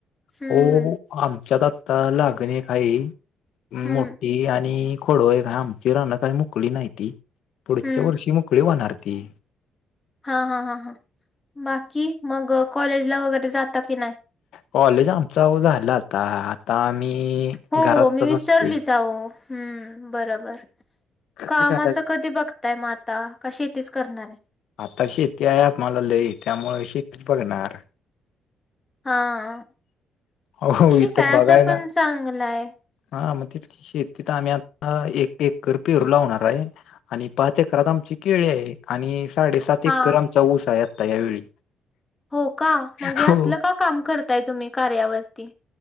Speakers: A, on the left; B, on the left.
A: हम्म
B: हो हो. आमच्यात आता लागणे काही
A: हम्म
B: मोठी आणि खडोय आमची राहणं काही मोकळी नाही ती, पुढच्या
A: हम्म
B: वर्षी मोकळी होणार ती.
A: हा हा हां हां, बाकी मग कॉलेजला वगैरे जात की नाही?
B: कॉलेज आमच झालं आता आता आम्ही
A: हो
B: घरातच
A: मी विसरलीच
B: असतोय.
A: आ ओ हम् बरोबर
B: काय
A: कामाच
B: करायचं
A: कधी बघ ताय माता कशी तच करणार आहे.
B: आता शेती आहे आम्हाला लई त्यामुळे शेतीच बघणार.
A: हा हा
B: हो
A: ठीक
B: इथं
A: आहे,
B: बघायला
A: असं पण चांगलं आहे.
B: हा मग तेच की शेतीत आम्ही आता एक एकर पेरू लावणार आहे. आणि पाच एकरात आमची केळी आहे, आणि साडेसात
A: हा
B: एक कमचा ऊस आहे आता यावेळी.
A: हो का मग
B: हो
A: असलं का काम करताय तुम्ही कार्यावरती.